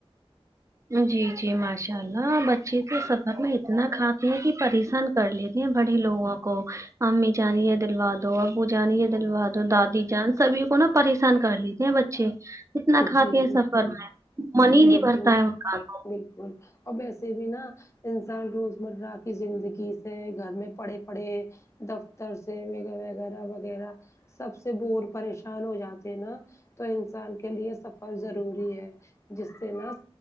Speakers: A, on the right; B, on the left.
A: جی جی ماشاء اللہ بچے کے سفر میں اتنا کھاتے ہیں کہ پریشان کر لیتے ہیں بڑے لوگوں کو امی جان یے دلوادو ابو جان یے دلوادو دادی جان سبھی کو نا پریشان کر لیتے ہیں بچے اتنا کھاتے
B: جی
A: ہیں
B: بالکل
A: سفر میں من ہی
B: بالکل
A: نہیں بھرتا ہے ان کا تو
B: بالکل اور ویسے بھی نہا انسان روزمرہ کی زندگی سے گھر میں پڑے پڑھے دفتر سے وغیرہ وغیرہ سب سے بور پریشان ہو جاتے نا تو انسان کے لیے سفر ضروری ہے جس سے نس